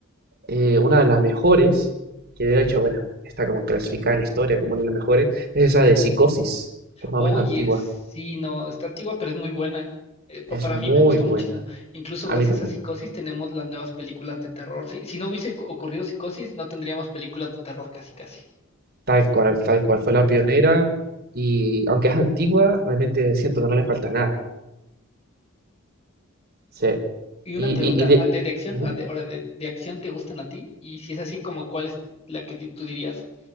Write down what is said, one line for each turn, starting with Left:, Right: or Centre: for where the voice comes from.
Right: eh, una de las mejores, que de hecho, bueno, está como clasificada en la historia como una de las mejores, es esa de Psicosis, que es más
Left: Oye,
Right: o menos antigua.
Left: sí, no, está antigua, pero es muy buena. Eh, pa-
Right: Es
Left: para
Right: muy
Left: mí me gustó
Right: buena.
Left: muchísimo. Incluso
Right: A
Left: gracias
Right: mí también.
Left: a Psicosis tenemos las nuevas películas de terror. Si, si no hubiese cu- ocurrido Psicosis, no tendríamos películas de terror casi casi.
Right: Tal cual, tal cual fue la pionera. Y aunque es antigua, realmente siento que no le falta nada. Sí.
Left: Y una
Right: Y,
Left: pregunta,
Right: y, y de...
Left: ah, ¿de, de acción?
Right: Ujú,
Left: ah, de- ahora, de, de acción te gustan a ti? Y si es así, como cuál es la que di- tú dirías,